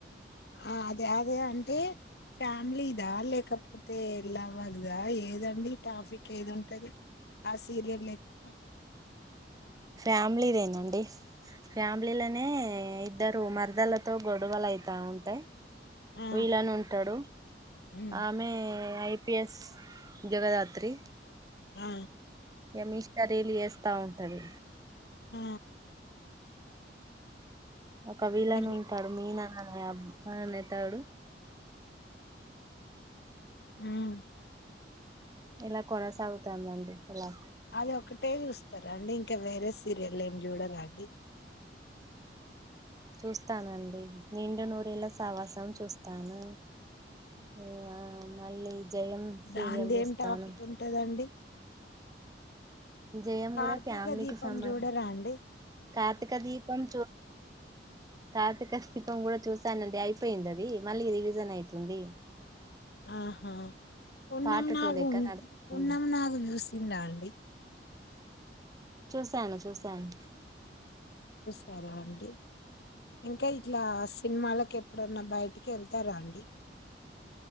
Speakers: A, on the left; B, on the right.
A: ఆ అదే అదే అంటే ఫ్యామిలీదా లేకపోతే లవర్దా ఏదండి టాఫిక్ ఏదుంటది ఆ సీరియల్ లేకు
B: ఫ్యామిలీదేనండి ఫ్యామిలీ లనే ఇద్దరు మరదల్లతో గొడవలు అయితా ఉంటాయి
A: ఆ
B: వీలనుంటడు
A: ఉమ్
B: ఆమె ఐ పీ ఎస్ జగదాత్రి
A: ఆ
B: ఇగ మీష్టా రీల్లు చేేస్తా ఉంటది
A: ఆ
B: ఒక విళనుంటాడు
A: మీరు
B: మీనా అని అబ్బా అనేటడు
A: ఉమ్
B: ఇలా కొనసాగుతాందండి అలా
A: అదొకటే చూస్తరా అండి ఇంకా వేరే సీరియల్ ఏమి జూడరా అండి
B: చూస్తానండి నిండు నూరేళ్ళ సావాసం చూస్తాను ఓ ఆ మళ్ళీ జయం సీరియల్
A: దాందేం
B: చూస్తాను
A: ఏం టాఫిక్ ఉంటదండి
B: జయం
A: కార్తీక
B: కూడా ఫ్యామిలీకి
A: దీపం
B: సంబంధం
A: జూడరా అండి
B: కార్తీక దీపం చూ కార్తీక శిపం కూడా చూశానండి అయిపొయిందది మళ్ళీ రివిజన్ అయితుంది
A: ఆహా పున్నమ్
B: పార్ట్
A: నాగు
B: టూ లెక్క నడుస్తుంది
A: పున్నమ్ నాగు చూస్ తిన్నా అండి
B: చూసాను చూసాను
A: తరాండి ఇంకా ఇట్లా సినిమాలకు ఎప్పుడన్నా బయటికి ఎళ్తారా అండి